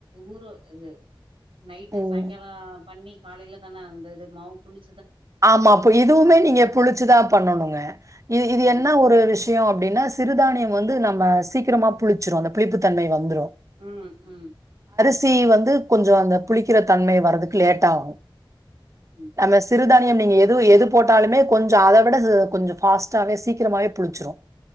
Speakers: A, on the right; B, on the right.
A: ஊரு இது நைட்டு
B: ம்.
A: சாயங்காலோ பண்ணி காலைல தான அந்த இது மாவு புளி
B: ஆமா ப் இதுவுமே நீங்க புளிச்சுதா பண்ணணுங்க இ இது
A: ஆ
B: என்ன ஒரு விஷயோ அப்டின்னா சிறுதானியம் வந்து நம்ம சீக்கிரமா புளிச்சிரு அந்த புளிப்புத்தன்மை வந்துரு
A: ம் ம்
B: ச்சி வந்து கொஞ்சோ அந்த புளிக்கிற தன்மை வறதுக்கு லேட் ஆகு
A: ம்
B: அந்த சி றுதானியம்
A: இது
B: நீங்க எது எது போட்டாலுமே கொஞ்சோ அத விட து கொஞ்சொ ஃபாஸ்டாவே சீக்கிரமாவே புளிச்சிரு